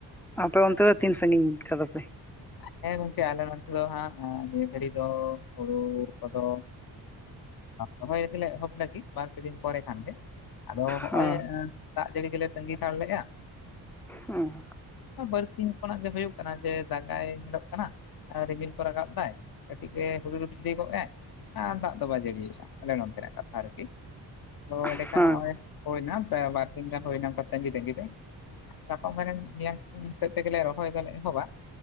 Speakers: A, in the centre; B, on the left (about 50°).
A: ᱟᱯᱮ ᱚᱱᱛᱮ ᱫᱚ ᱛᱤᱱ ᱥᱟᱹᱜᱤᱧ ᱠᱷᱫᱟᱯᱮ?
B: ᱦᱮᱸ ᱜᱚᱝᱠᱮ ᱟᱞᱮ ᱱᱚᱱᱛᱮ ᱫᱚ ᱦᱟᱸᱜ ᱱᱤᱭᱟᱹ ᱫᱷᱟᱹᱨᱤᱡ ᱫᱚ ᱦᱩᱲᱩ ᱠᱚᱫᱚ ᱨᱚᱦᱚᱭ ᱞᱟᱹᱜᱤᱫ ᱞᱮ ᱮᱦᱚᱵ ᱞᱟᱹᱜᱤᱜ ᱵᱟᱨᱯᱮ ᱫᱤᱱ ᱯᱚᱨᱮ ᱠᱷᱟᱱᱜᱮ ᱟᱫᱚ ᱦᱚᱜᱼᱚᱭ
A: ᱦᱚᱸ
B: ᱫᱟᱜ ᱡᱟᱹᱲᱤ ᱜᱮᱞᱮ ᱛᱟᱹᱜᱤ ᱦᱟᱛᱟᱲ ᱞᱮᱫᱼᱟ
A: ᱩᱸ
B: ᱵᱟᱹᱨᱥᱤᱧ ᱠᱷᱚᱱᱟᱜ ᱜᱮ ᱦᱩᱭᱩᱜ ᱠᱟᱱᱟ ᱡᱮᱼᱼ ᱫᱟᱜᱟᱭ ᱧᱮᱞᱚᱜ ᱠᱟᱱᱟ ᱨᱤᱢᱤᱞ ᱠᱚ ᱨᱟᱠᱟᱵ ᱫᱟᱭ ᱠᱟᱹᱴᱤᱡ ᱜᱮ ᱦᱩᱰᱩᱨ ᱵᱤᱡᱽᱞᱤ ᱜᱚᱫ ᱫᱟᱭ᱾ ᱟᱨ ᱫᱟᱜ ᱫᱚ ᱵᱟᱭ ᱡᱟᱹᱲᱤᱭᱮᱫᱼᱟ ᱟᱞᱮ ᱱᱚᱱᱛᱮᱱᱟᱜ ᱠᱟᱛᱷᱟ ᱟᱨᱠᱤ ᱛᱚ ᱮᱸᱰᱮᱠᱷᱟᱱ
A: ᱦᱚᱸ
B: ᱱᱚᱜᱼᱚᱭ ᱦᱩᱭ ᱮᱱᱟ ᱵᱟᱨᱥᱤᱧ ᱜᱟᱱ ᱦᱩᱭᱱᱟ ᱛᱟᱹᱜᱤ ᱛᱟᱹᱜᱤ ᱛᱮ ᱜᱟᱯᱟ ᱢᱮᱭᱟᱝ ᱥᱮᱫ ᱛᱮᱜᱮᱞᱮ ᱨᱚᱦᱚᱭ ᱫᱚᱞᱮ ᱮᱦᱚᱵᱟ᱾